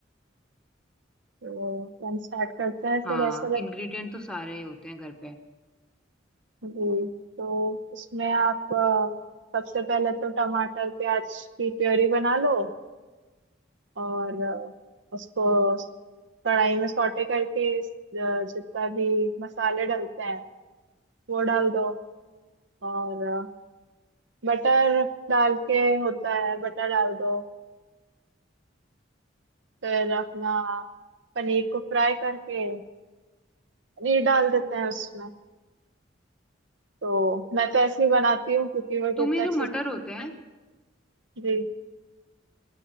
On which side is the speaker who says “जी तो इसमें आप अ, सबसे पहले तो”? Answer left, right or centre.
Right